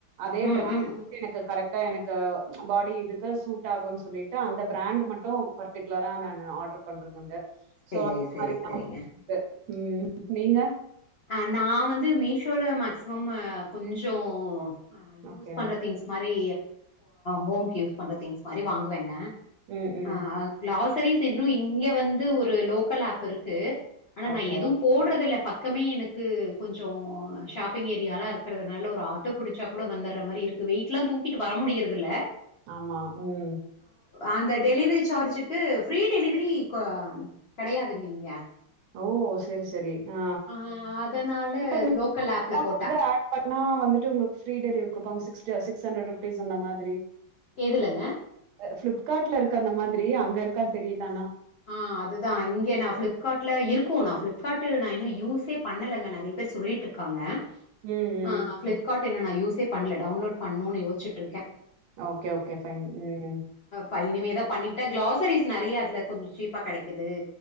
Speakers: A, on the right (about 85°); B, on the left (about 85°).
A: அதே
B: ம்
A: பிரண்டு
B: ம் ம்
A: எனக்கு கரெக்ட் எனக்கு பாடி இதுக்கு சூட் ஆகும்ன்னு சொல்லிட்டு அந்த பிராண்டு மட்டு பர்டிகுலராக நா ஆர்டர் பண்றது உண்டு
B: சேரி
A: சோ
B: சேரி
A: அதுக்
B: சேரிங்க
A: உம் நீங்க
B: அ நான் வந்து மீஷோல மேக்சிமம் கொஞ்சோ ஆ யூஸ்
A: ஓகே
B: பண்ற திங்ஸ் மாரி ஹோம்க்கு யூஸ் பண்ற திங்ஸ் மாரி வாங்குவேங்க
A: ம் ம்
B: ஆ க்ளாஸ் சரிஸ் இன்னு இங்க வந்து ஒரு லோக்கல் ஆப் இருக்கு ஆனா நா
A: ஓகே
B: எதும் போடுறது இல்ல பக்க பக்கமே எனக்கு கொஞ்சோ ஷாப்பிங் ஏரியாலா இருக்குறதுனால ஒரு ஆட்டோ பிடிச்சா கூட வந்துடுற மாதிரி இருக்குது வெயிட்லா தூக்கிட்டு வர முடியறதில்ல
A: ஆமா உம்
B: அந்த டெலிவரி சார்ஜுக்கு ஃப்ரீ டெலிவரி இப்போ கெடையாதுங்க இங்க
A: ஓ செரி செரி ஆ
B: அ அதனால
A: இப்ப வட்
B: லோக்கல் ஆப்ல போட்டா
A: பண்ணா வந்துட்டு உங்களுக்கு ஃப்ரீ டெலிவரி குடுப்பாங்க சிக்ஸ் ஹண்ட்ரட் ருபீஸ் அந்த மாதிரி
B: எதுலங்க
A: ஃபிளிப்காட்ல இருக்கு அந்த மாரி ஃப்ரீ அங்க இருக்கான் தெரியல ஆனா
B: ஆ அதுதா இங்கே நா ஃபிளிப்காட்ல இருக்கு நா ஃபிளிப்காட்ல நா இன்னு யூஸே பண்ணலங்க நெறய பேர் சொல்லிட்டு இருக்காங்க
A: ம் ம்
B: ஆ ஃப்ளிப்காட் இன்னு நா யூஸ் இதே பண்ல டவுன்லோட் பண்ணும்னு யோசிச்ட்டு இருக்கே
A: ஓகே ஓகே ஃபைன் ம்
B: பையணமே தா பண்ணிக்கிட்டா களாசரிஸ் நிறையாதுல கொஞ் சீப்பா கெடைக்குது